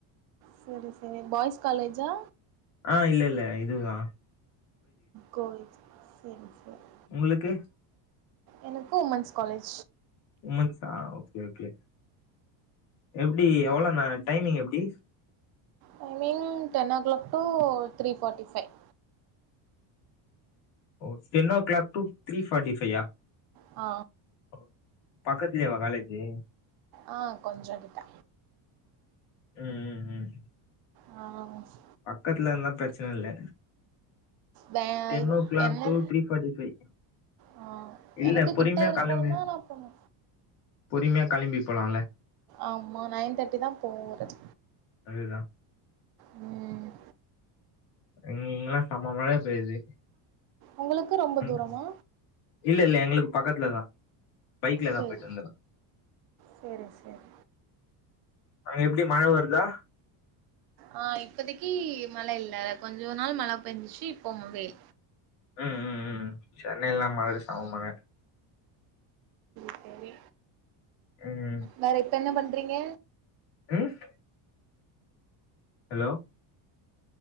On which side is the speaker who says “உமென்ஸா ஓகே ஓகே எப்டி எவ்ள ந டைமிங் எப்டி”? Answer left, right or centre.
Left